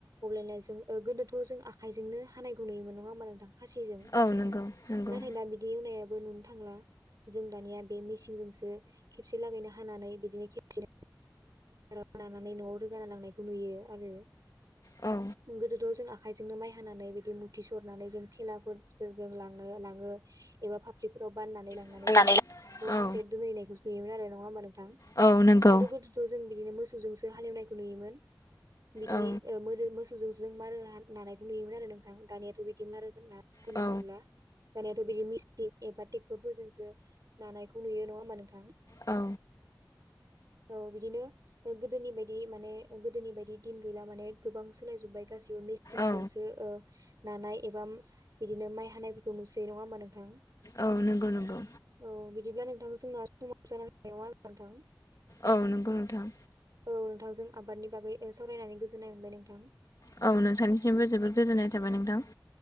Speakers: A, on the right; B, on the left.
A: अब्लायाय जों गोदोथ' जों आखाइजोंनो हानायखौ नुयोमोन नङा होमबा नोंथां। खासिजों
B: औ नंगौ नंगौ
A: नाथाय दा बिदि एवनायाबो नुनो थांला। जों दानिया बे मेसिनजोंसो खेबसे लागैनो हानानै बिदिनो खेबसे लानानै न'आव रोगाना लांनायखौ नुयो। आरो
B: औ
A: गोदोथ' जों आखाइजोंनो माइ हानानै बिदि मुथि सरनानै जों थेलाफोर फोरजों लांनो लाङो एबा पाब्लिकफोराव बाननानै लांना
B: होननानै
A: नै जोङो न' फारसे
B: औ
A: दोनहैनायखौ नुयोमोन आरो नङा होनबा नोंथां
B: औ नंगौ
A: आरो गोद थ' जों बिदिनो मोसौजोंसो हालेवनायखौ नुयोमोन बिदि
B: औ
A: ओ मोरो मोसौजों जों मारो हा नानायखौ नुयोमोन आरो नोंथां दानियाथ' बिदि मारो होना <unintelligible>
B: औ
A: दानियााथ' बिदि मिस्टिक एबा ट्रेक्टरफोरजोंसो नानायखौ नुयो नङा होमा नोंथां।
B: औ
A: औ बिदिनो गोदोनि बायदि माने गोदोनि बायदि बि दिन गैला माने गोबां सोलाय जोबबाय गासिबो मेसिनजोंसो
B: औ
A: ओ नानाय एबा बिदिनो माइ हानायफोरखौ नुसै नङा होमा नोंथां।
B: औ नंगौ नंगौ।
A: औ बिदिब्ला नोंथां जोंना समाव जानाहोबाय नङा आरो नोंथां।
B: औ नंगौ नोंथां।
A: औ नोंथांजों आबादनि बागै सावरायनानै गोजोननाय मोनबाय नोंथां।
B: औ नोंथांनिसिमबो जोबोद गोजोननाय थाबाय नोंथां।